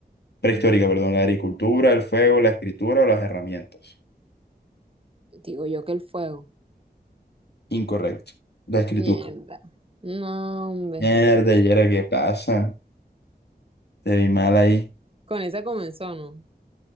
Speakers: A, on the left; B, on the right.
A: Prehistórica, perdón, la agricultura, el fuego, la escritura o las herramientas.
B: Digo yo que el fuego.
A: Incorrecto. La escritura.
B: Mierda. No, hombre.
A: Mierda, ¿y era qué pasa? Te vi mal ahí.
B: Con esa comenzó, ¿no?